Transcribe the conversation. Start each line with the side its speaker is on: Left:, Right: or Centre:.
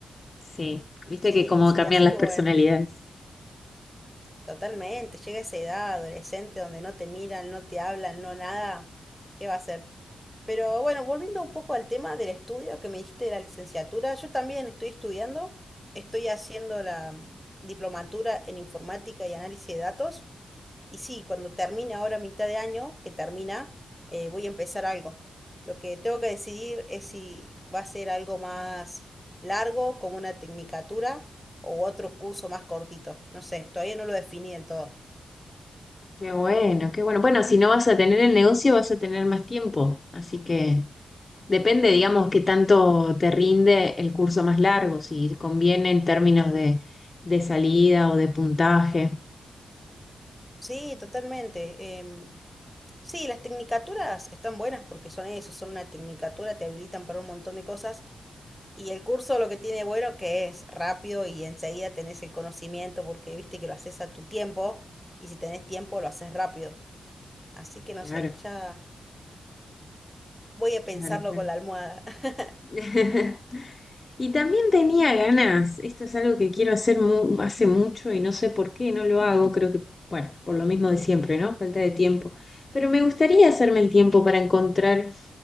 Left: Sí, viste
Centre: Sí,
Left: que cómo
Centre: sí,
Left: cambian
Centre: así
Left: las
Centre: que
Left: personalidades.
Centre: bueno, totalmente. Llega esa edad adolescente donde no te miran, no te hablan, no nada. ¿Qué va a hacer? Pero bueno, volviendo un poco al tema del estudio que me diste de la licenciatura, yo también estoy estudiando, estoy haciendo la mm, diplomatura en informática y análisis de datos. Y sí, cuando termine ahora mitad de año, que termina, eh, voy a empezar algo. Lo que tengo que decidir es si va a ser algo más largo, como una tecnicatura, o otro curso más cortito. No sé, todavía no lo definí del todo.
Left: Qué bueno, qué bueno. Bueno, si no vas a tener el negocio, vas a tener más tiempo. Así que depende, digamos, qué tanto te rinde el curso más largo, si conviene en términos de, de salida o de puntaje.
Centre: Sí, totalmente. em, sí, las tecnicaturas están buenas porque son eso, son una tecnicatura, te habilitan para un montón de cosas. Y el curso lo que tiene bueno que es rápido y enseguida tenés el conocimiento porque viste que lo haces a tu tiempo y si tenés tiempo lo haces rápido. Así que no
Left: Claro,
Centre: sé, ya voy a
Left: claro,
Centre: pensarlo
Left: claro.
Centre: con la almohada. <laughs>
Left: <laughs> Y también tenía ganas, esto es algo que quiero hacer mu- hace mucho y no sé por qué no lo hago, creo que, bueno, por lo mismo de siempre, ¿no? Falta de tiempo. Pero me gustaría hacerme el tiempo para encontrar